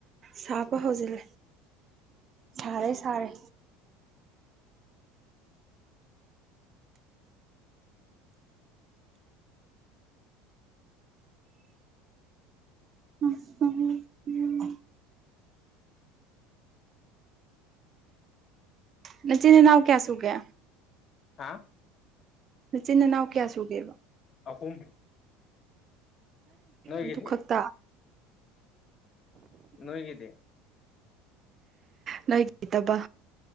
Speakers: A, on the right; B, on the left.
A: ꯁꯥꯄ ꯍꯧꯖꯤꯜꯂꯦ ꯁꯥꯔꯦ ꯁꯥꯔꯦ ꯑ ꯎꯝ ꯅꯆꯤꯅꯤꯅꯥꯎ ꯀꯌꯥ ꯁꯨ ꯀꯌꯥ
B: ꯍꯥ
A: ꯃꯆꯤꯟ ꯅꯅꯥꯎ ꯀꯌꯥ ꯁꯨꯒꯦꯕ
B: ꯑꯍꯨꯝ ꯅꯣꯏꯒꯤꯗꯤ
A: ꯑ ꯇꯨ ꯐꯛꯇ
B: ꯅꯣꯏꯣꯏꯒꯗꯦ
A: ꯅꯒ ꯇꯕ